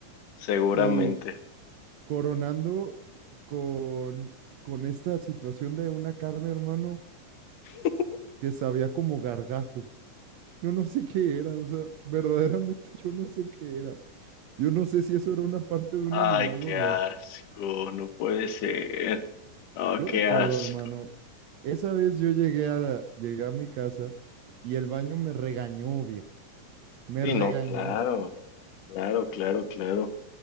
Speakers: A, on the left; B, on the right.
A: Seguramente.
B: y coronando con, con esta situación de una carne, hermano,
A: <laughs>
B: que sabía como gargajo. Yo no sé qué era, o sea, verdaderamente <laughs> yo no sé qué era. Yo no sé si eso era una parte de un
A: Ay,
B: animal
A: qué
B: o no.
A: asco, no puede ser. Oh,
B: Yo
A: qué
B: recuerdo,
A: asco.
B: hermano, esa vez yo llegué a la- llegué a mi casa y el baño me regañó, viejo. Me
A: Sí,
B: regañó.
A: no, claro, claro, claro, claro.